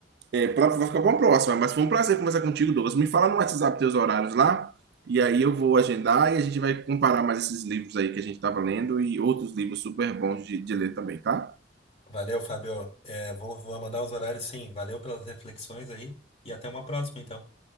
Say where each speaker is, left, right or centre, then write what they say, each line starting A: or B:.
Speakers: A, on the right (about 60°); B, on the left (about 35°).
A: É, pra- vai ficar bom próxima, mas foi um prazer conversar contigo, Douglas. Me fala no WhatsApp teus horários lá, e aí eu vou agendar e a gente vai comparar mais esses livros aí que a gente estava lendo e outros livros super bons de de ler também, tá?
B: Valeu, Fábio. É, vou, vou mandar os horários sim. Valeu pelas reflexões aí e até uma próxima, então.